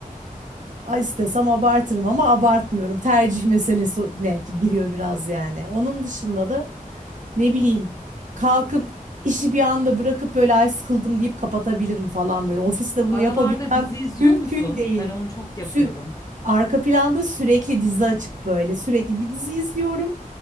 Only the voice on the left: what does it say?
Aralarda
dizi izliyor
musun?
Ben onu çok yapıyorum.